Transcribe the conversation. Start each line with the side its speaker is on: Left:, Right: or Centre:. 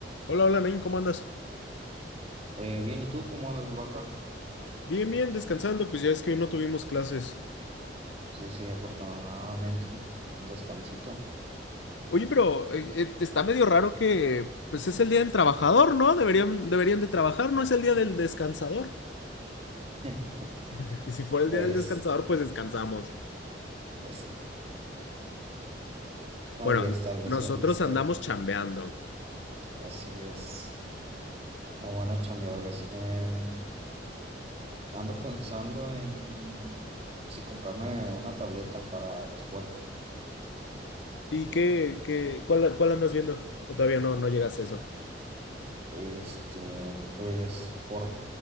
Left: Hola, hola, Nain, ¿cómo andas?
Right: Eh, bien, ¿y tú cómo andas, vaca?
Left: Bien, bien, descansando, pues ya es que hoy no tuvimos clases.
Right: Sí, sí, afortunadamente, un descansito.
Left: Oye, pero eh, eh, está medio raro que pues es el día del trabajador, ¿no? Deberían, deberían de trabajar, no es el día del descansador.
Right: <laughs>
Left: <laughs> Si fuera el
Right: Pues,
Left: día del descansador, pues descansamos.
Right: pues, tal
Left: Bueno,
Right: vez, tal vez,
Left: nosotros
Right: eh, este,
Left: andamos chambeando.
Right: así es, o buenos chambeadores. Em, ando pensando en si comprarme una tableta para la escuela.
Left: ¿Y qué, qué, cuál, cuál andas viendo? ¿O todavía no, no llegas a eso?
Right: Este, pues, por,